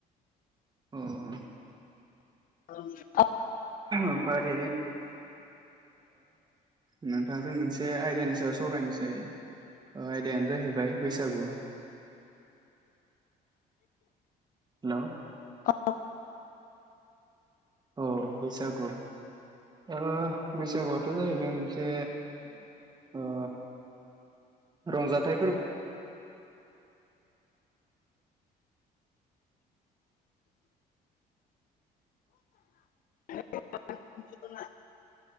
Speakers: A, on the right; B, on the left.
A: औ
B: <unintelligible>
A: ओमफ्राय नोंथाजों मोनसे आयदानि सायाव सावरायनोसै आयदायानो जाहैबाय बैसागु हेल'
B: औ
A: औ बैसागु ओ‌ बैसागुआथ' जाहैबाय मोनसे ओ रंजाथाइ फोरबो
B: <unintelligible>